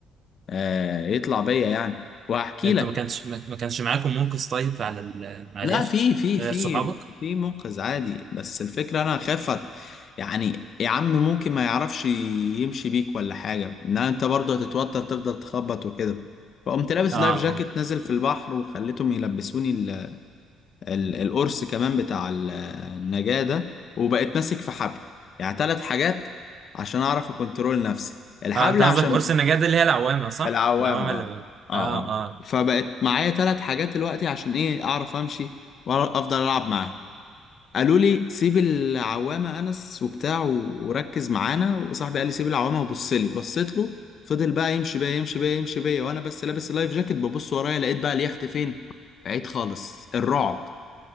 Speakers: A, on the left; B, on the right.
A: آه، يطلع بيا يعني وهحكي
B: انتوا
A: لك
B: ما كانش ما ما كانش معاكم منقذ طيب على ال... على
A: لا
B: اليخت
A: في في
B: غير
A: في
B: صحابك
A: في منقذ عادي بس الفكرة انا خافت يعني يا عم ممكن ما يعرفش يمشي بيك ولا حاجة ان انت برضه هتتوتر تفضل تخبط وكده فقمت لابس
B: اه
A: لايف جاكيت
B: اه
A: نازل في البحر وخليتهم يلبسوني ال ال القرص كمان بتاع ال- النجاة ده وبقيت ماسك في حبل يعني ثلاث حاجات عشان اعرف اكنترول نفسي الحبل
B: اه انت
A: عشان
B: قصدك قرص النجاة دي اللي هي العوامة صح؟
A: العوامة
B: العوامة
A: اه
B: اللي
A: اه
B: اه
A: اه
B: اه
A: فبقت معايا ثلاث حاجات دلوقتي عشان ايه اعرف امشي وافضل العب معاها قالوا لي سيب العوامة انس وبتاع و- وركز معانا وصاحبي قال لي سيب العوامة وبص لي بصيت له فضل بقى يمشي بيا يمشي بيا يمشي بيا وانا بس لابس اللايف جاكيت ببص ورايا لقيت بقى اليخت فين بعيد خالص الرعب